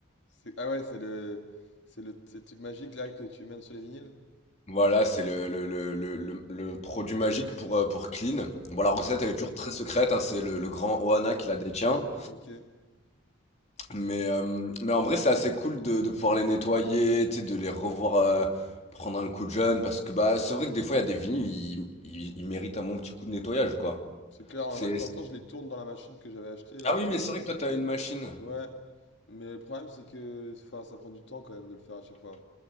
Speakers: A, on the left; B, on the left.
A: c'est- Ah ouais, c'est le... C'est le... c'est le truc magique, là, que tu mènes sur les vinyles?
B: Voilà, c'est le, le, le, le, le- le produit magique pour, euh, pour Clean. Bon,
A: Ok,
B: la recette, elle est toujours très secrète, hein, c'est le, le grand Ohana qui la détient.
A: ok.
B: Mais, euh, mais en vrai, c'est assez cool de, de pouvoir les nettoyer, tu sais, de les revoir euh, prendre un coup de jeune, parce que bah, c'est vrai que des fois, il y a des vinyles, ils, ils- ils méritent un bon petit coup de nettoyage, quoi.
A: C'est clair,
B: C'est...
A: moi, je t'entends,
B: c'est-
A: je les tourne dans la machine que j'avais achetée, là,
B: Ah oui,
A: c'était
B: mais
A: une-
B: c'est vrai que toi, t'as une machine.
A: Ouais. Mais le problème, c'est que... Enfin, ça prend du temps, quand même, de le faire à chaque fois.